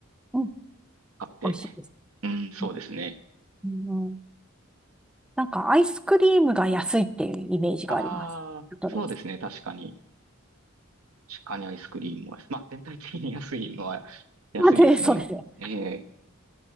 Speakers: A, in the centre; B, on the right.
A: うん、
B: あって。
A: 美味しいです。
B: うん、そうですね。
A: うん、うんなんかアイスクリームが安いっていうイメージがあります。
B: ああ、
A: そうです。
B: そうですね。確かに。確かにアイスクリームは。まあ、全体的に安いのは安いですね。
A: まあで、<laughs> そうですね。
B: ええ、